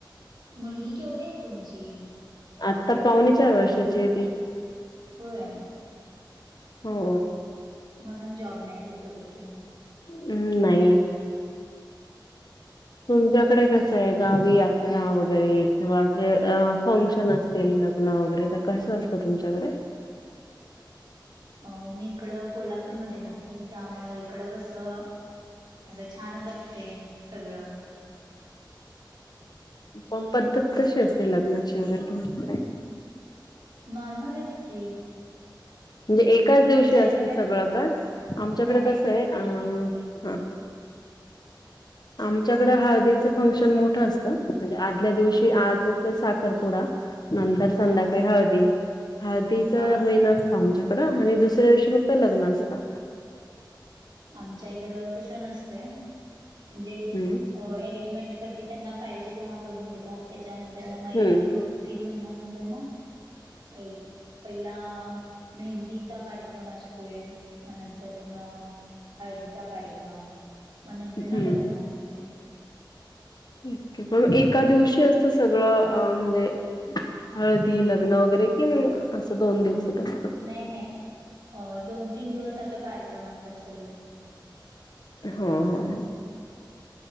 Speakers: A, on the right; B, on the left.
A: मुलगी केवढी आहे तुमची?
B: आता पावणे चार वर्षाची हाय ती.
A: होय.
B: हो.
A: म्हणून जॉब नाही वय करत तुम्ही?
B: हम् नाही. तुमच्याकडे कस यायचं गावी यात्रा वगैरे किंवा असे फंक्शन अस तील लग्न वगैरे तर कसं असतं तुमच्याकडे?
A: अ मी इकडं कोल्हापूरमध्ये राहते त्यामुळ इकडं कसं असं छानच असतंय सगळं.
B: पण पद्धत कशी असते लग्नाची वगैरे तुमच्या
A: नॉर्मलच की.
B: म्हणजे एकाच दिवशी
A: तुमच्या
B: असतं
A: इकडं काय
B: सगळं का? आमच्याकडे
A: नाही नाही
B: कसं आहे अ हा आमच्याकड हळदीचं फंक्शन मोठं असतं. म्हणजे आदल्या दिवशी
A: हा
B: आज अस साखरपुडा नंतर संध्याकाळी
A: हा
B: हळदी. हळदीचा
A: हा
B: मेन असत आमच्याकडं आणि दुसऱ्या दिवशी फक्त लग्न असतं.
A: आमच्या इकडं तस नसतंय म्हणजे
B: हम्म!
A: एंगेजमेंट कधी त्यांना पाहिजे तेव्हा करून घेतात त्याच्यानंतर मग एक
B: हम्म
A: दोन तीन महिन्यानंतर न एक पहिला मेहंदी चा कार्यक्रम असतोय म नंतर न हळदीचा कार्यक्रम म नंतर
B: हम्म
A: न लग्न असतंय.
B: ओके पण एका दिवशी असत सगळं म्हणजे हळदी लग्न वगैरे कि मग असं दोन दिवसात असत?
A: नाही नाही अ दोन तीन दिवस असं कार्यक्रम असत्यात सगळे.
B: हम्म हम्म हम्म!